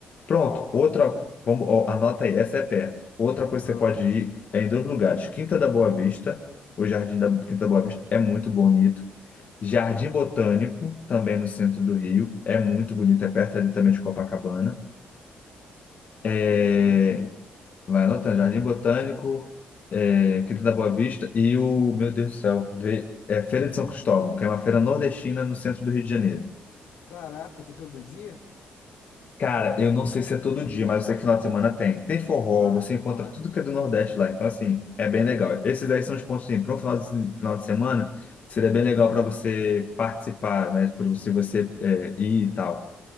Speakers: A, on the left; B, on the left.
A: Pronto, outra, vamos, ó, anota aí, essa é perto. Outra coisa
B: Aham.
A: que você pode ir é em dois lugares, Quinta da Boa Vista, o Jardim da Quinta da
B: Quinta.
A: Boa Vista é muito bonito. Jardim
B: Aham.
A: Botânico, também no centro do Rio, é muito bonito, é perto ali também de Copacabana.
B: Tá,
A: É,
B: tô anotando aqui.
A: vai anotando, Jardim Botânico, é, Quinta da Boa Vista e o, meu Deus do céu, vê- é Feira de São Cristóvão, que é uma feira nordestina no centro do Rio de Janeiro.
B: Caraca, tem todo dia?
A: Cara, eu não sei se é todo dia, mas eu sei que final de semana tem. Tem forró,
B: Ah,
A: você
B: então
A: encontra
B: massa.
A: tudo que é do Nordeste lá. Então, assim, é bem legal. Esses aí são os pontos, assim, para um final de, final de semana, seria bem legal para você participar, né? Para você, você é, ir e tal.